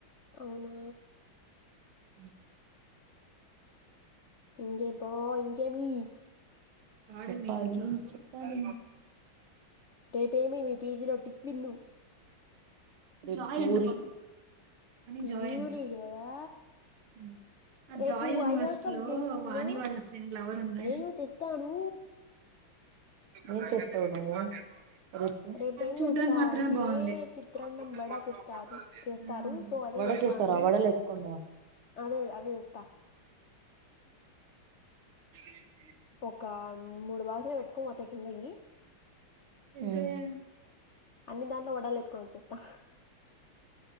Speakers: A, on the left; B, on the right.
A: అవునా
B: ఉ
A: ఇంకే బా ఇంకేమీ
B: చెప్పాలి చెప్పాలి
A: రేపేమి మీ పీజీలో టిఫిన్ను
B: వెజిటేరియన్ న్యూ
A: ప్యూరీ
B: జాయిన్
A: కదా
B: ఉ ఆ
A: రేపు
B: జాయ్ యూనివర్సిటీ
A: ఐ ఆల్సో
B: లో
A: బ్రింగింగ్
B: వాణి వాళ్ళ ఫ్రెండ్ లవర్ ఉన్నాడు
A: నేను తెస్తాను
B: ఏం చేస్తావు నువ్వు రేపు తీసుకొచ్చేది
A: రేపేం చేస్తారంటే
B: మాత్రమే బావుంది
A: చిత్రాన్నం
B: ఆచూడ్డానికి
A: వడ
B: మాత్రమే
A: తెస్తారు
B: బావుంది
A: చేస్తారు
B: హ్మ్మ్
A: సో అదే
B: మూసేస్తార
A: తెస్తాను
B: ఆ వడలు ఎత్తుకొని
A: అదే అదే తెస్తా
B: <unintelligible> <inaudible>
A: ఒక మూడు బాల్స్లు ఎత్తుకో బోత కిందకి
B: <unintelligible>
A: అన్ని దాంట్లో వడలు ఎత్తుకోని వచ్చేత్తా